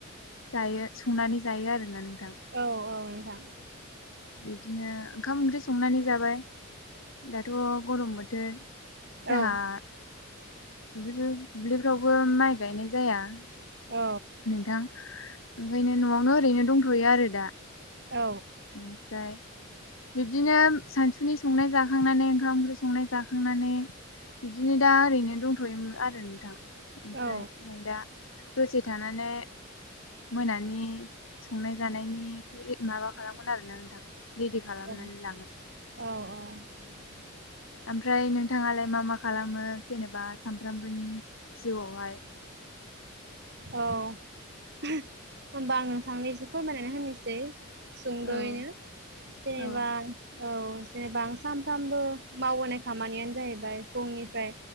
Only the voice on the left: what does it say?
जायो संनानै जायो आरोना नों
बिदिनो ओंखाम ओंख्रि संनानै जाबाय दाथ' गरम बोथोर जोंहा
दुब्लि दुब्लिफ्रावबो माइ गायनाय जाया
नोंथां ओंखायनो न'आवनो ओरैनो दंथ'यो आरो दा
ओमफ्राय बिब्दिनो सानसुनि संनाय जाखांनानै ओंखाम ओंख्रि संनाय जाखांनानै बिदिनो दा ओरैनो दंथ'योमोन आरो नोंथां ओमफ्राय
नै दा दसे फ्राय मोनानि संनाय जानायनि माबा खालामगोन आरोना नोंथां। रेडि
खालामनानै लागोन
ओमफ्राय नोंथाङालाय मा मा खालामो जेनेबा सामफ्रामबोनि जिउआवहाय <unintelligible>
औ
औ